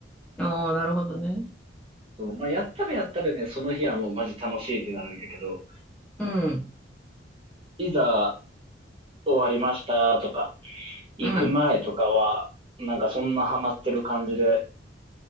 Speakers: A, in the centre; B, on the right (about 30°).
A: ああなるほどね。
B: そう、まあ、やったらやったらね、その日はもうマジ楽しいってなるんやけど、
A: うん。
B: いざ終わりましたとか、行く前とかは、
A: うん。
B: なんかそんなハマってる感じで